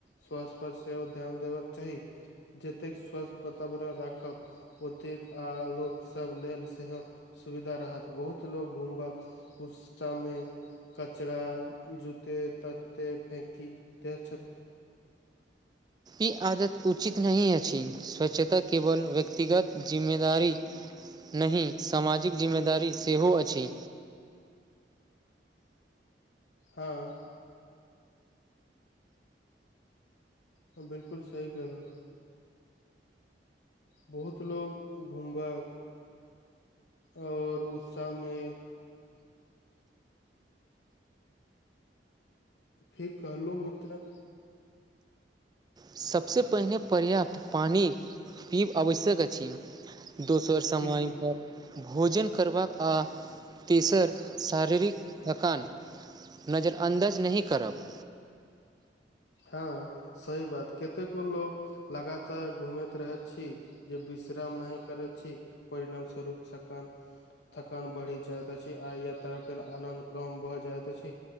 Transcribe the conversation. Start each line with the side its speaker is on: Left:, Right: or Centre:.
Left: स्वास्थ्य पर सेहो ध्यान देबाक चाही जतेक स्वास्थ वातावरण राखब ओतेक आ लोक सब लेल सेहो सुविधा रहत बहुत लोग घूमबक उस में कचड़ा जुते तते फेंकी दे
Right: ई आदत उचित नै अछि स्वच्छता केवल व्यक्तिगत जिम्मेदारी नै सामाजिक जिम्मेदारी सेहो अछि
Left: हँ हँ बिल्कुल सही कहलुँ बहुत लो घूमबाक ओर उतसामे फेर कहलहुँ मित्र
Right: सभसँ पहिने पर्याप्त पइन पीब आवश्यक अछि दोसर समय
Left: बिलकुल
Right: पर भोजन करबाक आ तेसर शारीरिक थकान नजरअन्दाज नहि करब
Left: हँ सही बात कतेको लोग लगातार घूमैत रहै छी जे विश्राम नहि करै छी परिणाम स्वरूप सक थकान बढ़ि जाइत अछि आ यात्राके लेल आनन्द कम भऽ जाइत अछ